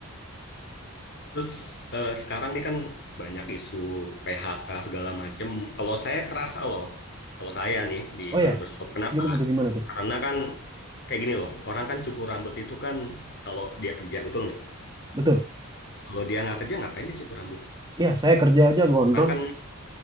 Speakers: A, on the left; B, on the right.
A: Terus eh, sekarang nih kan banyak isu PHK segala macem. Kalau saya kerasa loh, kalau saya nih di
B: Oh
A: barbershop,
B: ya,
A: kenapa?
B: gimana tuh gimana tuh?
A: Karena kan kayak gini loh, orang kan cukur rambut itu kan kalau dia kerja, betul nggak?
B: Betul.
A: Kalau dia nggak kerja, ngapain dia cukur rambut?
B: Iya, saya kerja aja gondrong.
A: Orang kan